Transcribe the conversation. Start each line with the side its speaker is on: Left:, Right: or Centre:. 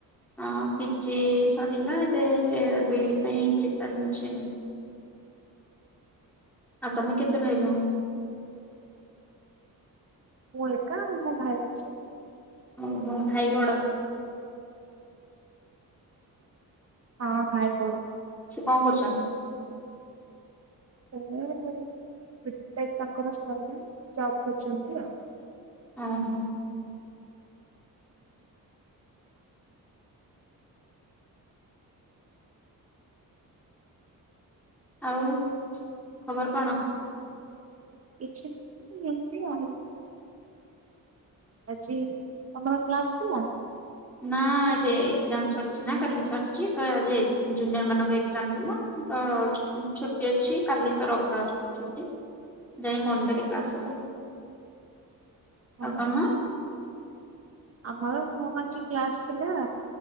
Centre: ହଁ ପିଜି ସରିଲା ଏବେ ବି ଇ ଡି ପାଇଁ ପ୍ରିପାର ହଉଛି ଆଉ। ଆଉ ତମେ କେତେ ଭାଇଭଉଣୀ?
Right: ମୁ ଏକା ମୋ ଭାଇ ଅଛି।
Centre: ଆଉ ମୋ ଭାଇ ବଡ।
Right: ହଁ ଭାଇ ବଡ।
Centre: ସେ କଣ କରୁଛନ୍ତି?
Right: ଲେ ଵିଟେକ୍ ତାଙ୍କର ସରିଲାଣି ଜବ୍ କରଛନ୍ତି ଆଉ।
Centre: ଓ ହୋ। ଆଉ ଖବର କଣ?
Right: କିଛି ନାହିଁ ଏମିତି ଆଉ। ଆଜି ତମର କ୍ଲାସ ଥିଲା?
Centre: ନା ଏବେ ଏକ୍ଜାମ ସରିଛି ନା କାଲି ସରିଛି ତ ଆଜି ଜୁନିୟର ମାନଙ୍କ ଏଜାମ ଥିଲା ତ ଅ ଛୁ ଛୁଟି ଅଛି କାଲି ତ ରବିବାର ଛୁଟି ଯାଇକି ମଣ୍ଡେରେ କ୍ଲାସ ହବ।
Right: ହଁ
Centre: ଆଉ ତମ?
Right: ଆମର ମୁଁ ଆଜି କ୍ଲାସ ଥିଲା